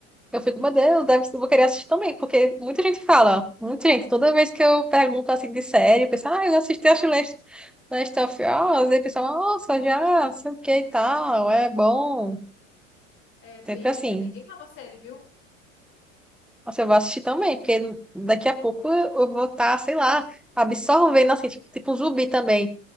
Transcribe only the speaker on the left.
É bem,
é bem legal a série, viu?